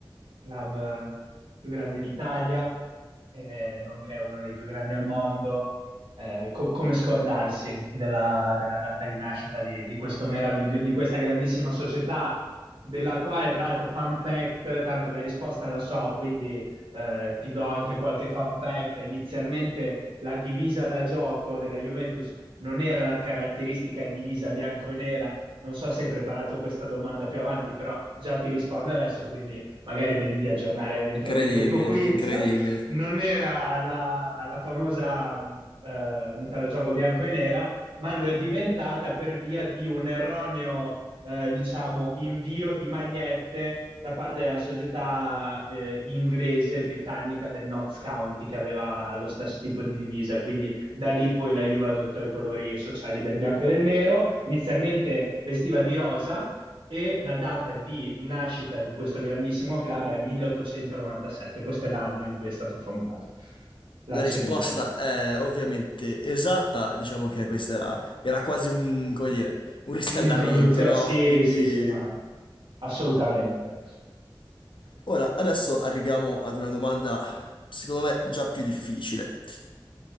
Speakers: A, on the right; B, on the left.
A: club più grande d'Italia, eh, nonché uno dei più grandi al mondo. Eh, co- come scordarsi della, della data di nascita di, di questo meraviglio- di questa grandissima società, della quale, tra l'altro, fun fact, tanto la risposta la so, quindi eh, ti do anche qualche fun fact. Inizialmente la divisa da gioco della Juventus non era la caratteristica divisa bianco e nera, non so se hai preparato questa domanda più avanti, però già ti rispondo adesso, quindi magari vedi di aggiornare eventualmente
B: Incredibile,
A: il tuo quiz.
B: incredibile.
A: Non era la, la famosa mh, eh, muta da gioco bianco e nera, ma lo è diventata per via di un erroneo, eh, diciamo, invio di magliette da parte della società eh, inglese britannica del Notts County, che aveva lo stesso tipo di divisa. Quindi da lì poi la Juve adottò i colori sociali del bianco e del nero, inizialmente vestiva di rosa e la data di nascita di questo grandissimo club è 1897, questo è l'anno in cui è stato fondato. La
B: La
A: accendiamo.
B: risposta è ovviamente esatta, diciamo che questa era, era quasi un, come dire, un riscaldamento,
A: Un'introduzione?
B: no?
A: Sì,
B: Quindi...
A: sì, sì, ma assolutamente.
B: Ora, adesso arriviamo ad una domanda, secondo me, già più difficile.